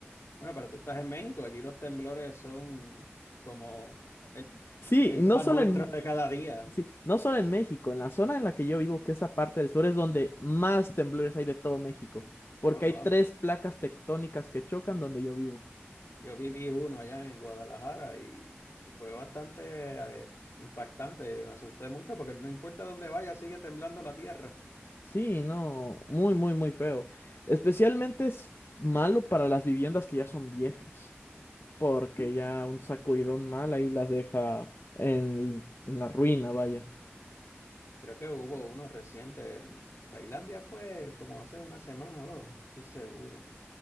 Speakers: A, on the left; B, on the left.
A: bueno, pero tú estás en México, allí los temblores son como el,
B: Sí,
A: el
B: y no
A: pan
B: solo
A: nuestro
B: en,
A: de cada día.
B: sí, no solo en México, en la zona en la que yo vivo, que es esa parte del sur es donde más temblores hay de todo México, porque
A: Oh,
B: hay
A: wow.
B: tres placas tectónicas que chocan donde yo vivo.
A: Yo viví uno allá en Guadalajara y, y fue bastante eh, impactante. Me asusté mucho porque no importa dónde vaya, sigue temblando la tierra.
B: Sí, no, muy, muy, muy feo. Especialmente es malo para las viviendas que ya son viejas, porque ya un sacudidón mal ahí las deja en en la ruina, vaya.
A: Creo que hubo uno reciente en Tailandia, fue como hace una semana o dos, no estoy seguro.